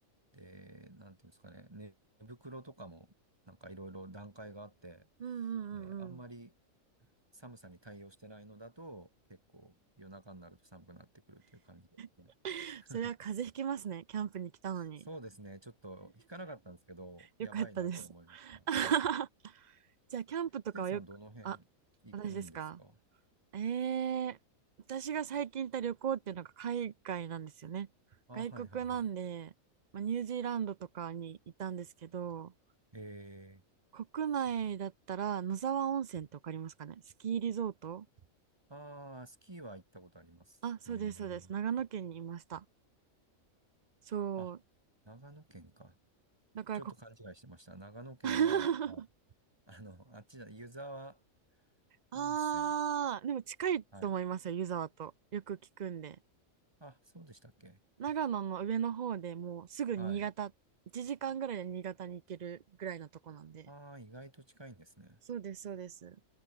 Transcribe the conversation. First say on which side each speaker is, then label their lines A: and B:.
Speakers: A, on the right; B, on the right.
A: で、なんていうんですかね、寝袋とかもなんかいろいろ段階があって、
B: うんうんうんうん。
A: で、あんまり寒さに対応してないのだと、結構夜中になると寒くなってくるっていう感じですね。
B: <laughs>
A: <laughs>
B: それは風邪ひきますね。キャンプに来たのに。
A: そうですね、ちょっと引かなかったんですけど、やばいなとは思いました。
B: よかったです。<laughs>
A: はい。
B: じゃあ、キャンプとかはよく、
A: ついさん、どの辺行くんですか
B: あ、私ですかえー、私が最近行った旅行っていうのが海外なんですよね。
A: あ、
B: 外国なんで、
A: はいはいはい。
B: まあ、ニュージーランドとかにいたんですけど、
A: え
B: 国内だったら野沢温泉ってわかりますかねスキーリゾート
A: ー、ああ、スキーは行ったことあります。
B: あ、そうです、
A: え
B: そうです。
A: ー、
B: 長野県にいました。そう。
A: あ、長野県か。
B: だからこ、
A: ちょっと勘違いしてました。長野県は、
B: <laughs>
A: あの、あっちだ、湯沢
B: ああ、
A: 温泉。
B: でも近いと思いますよ、
A: はい。
B: 湯沢と。よく聞くんで。
A: あ、そうでしたっけ
B: 長野の上の方でもうすぐ新潟、
A: はい。
B: 1時間ぐらいで新潟に行けるぐらいのとこなんで。
A: ああ、意外と近いんですね。
B: そうです、そうです。